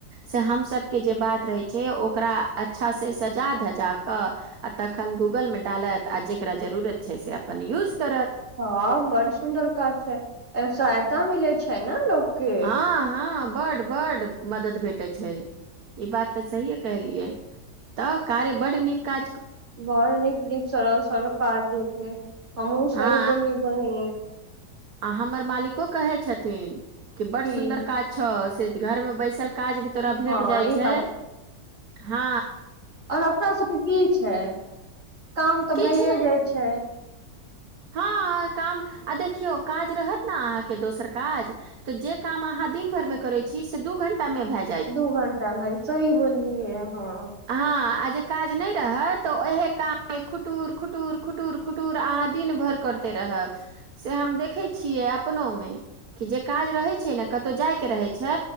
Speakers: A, on the right; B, on the right.
A: से हमसभके जे बात रहैत छै ओकरा अच्छा सँ सजा धजा क आ तखन गूगलमे डालत आ जकरा जरूरत छै से अपन यूज कर
B: हँ बड सुन्दर काज छै सहायता मिले छै ने लोकके
A: हँ हँ बड बड मदद भेटै छै ई बात तऽ सहिए कहलिय तऽ कार्य बड नीक का
B: बड़ नीक नीक सरल सरल काज दय छै हमहुं
A: हँ
B: सही बोललि बहि
A: आ हमर मालिको कहय छथिन कि बड
B: की
A: सुन्दर काज छ से घर में बैस काज भी तोरा भेट
B: हँ
A: जाइ
B: ई
A: छै ह
B: आओर अपनासभके की छै काम तऽ
A: किछु
B: भइए
A: नहि
B: जाइछै
A: हँ काम आ देखियौ काज रहत ने आहाँके दोसरकाज तऽ जे काम अहाँ दिन भर मे करै छी से दू घंटा मे भए जा
B: दू घंटा भरिसरि बोलिलयै अहा
A: हँ आ जे काज नहि रहत त ओएहे काज मे खुटुर खुटुर खुटु खुटुर आहाँ दिन भर करते रहब से हम देखै छियै अपनमे कि जे काज रहे छै ने कतौ जायके रहे छ